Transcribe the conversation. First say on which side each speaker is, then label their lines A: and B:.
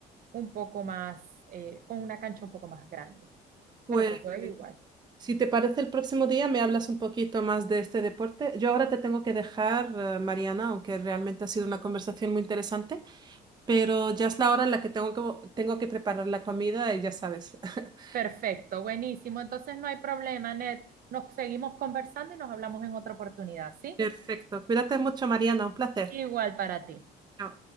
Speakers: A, on the right (about 60°); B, on the right (about 25°).
A: un poco más, eh, con una cancha un poco más grande,
B: Pues,
A: pero se juega igual.
B: si te parece, el próximo día me hablas un poquito más de este deporte. Yo ahora te tengo que dejar, eh, Mariana, aunque realmente ha sido una conversación muy interesante, pero ya es la hora en la que tengo que, tengo que preparar la comida y ya sabes. <laughs>
A: Perfecto, buenísimo. Entonces no hay problema, Ned. Nos seguimos conversando y nos hablamos en otra oportunidad, ¿sí?
B: Perfecto. Cuídate mucho, Mariana. Un placer.
A: Igual para ti.
B: Chao.